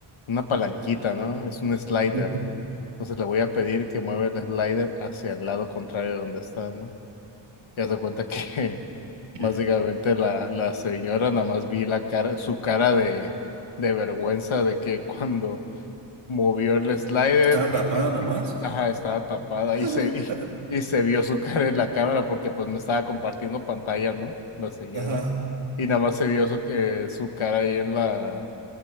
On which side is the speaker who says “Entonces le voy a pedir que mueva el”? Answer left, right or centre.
Left